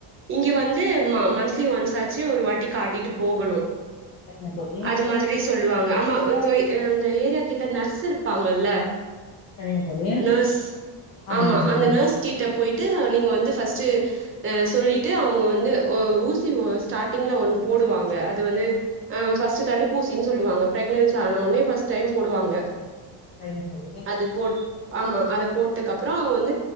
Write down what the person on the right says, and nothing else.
இங்க வந்து மந்த்லி ஒன்ஸ் ஆச்சு ஒரு வாட்டி காட்டிட்டு போகனு
அது மாதிரி சொல்லுவாங்க ஆமா உங்க அந்த ஏரியா கிட்ட நர்ஸ் இருப்பாங்கல்ல
நர்ஸ்
ஆமா
அந்த நர்ஸ் கிட்ட போயிட்டு நீங்க வந்து ஃபஸ்ட்டு அ சொல்லிட்டு அவுங்க வந்து ஊசி ஸ்டாட்டிங்ல ஒன்னு போடுவாங்க அது வந்து ஆ ஃபஸ்ட்டு தடுப்பூசின் சொல்லுவாங்க பிரக்னன்ஸ் ஆன உனே டைம் போடுவாங்க
அது போட் ஆமா அத போட்டதுக்கு அப்றோ அவுங்க வந்து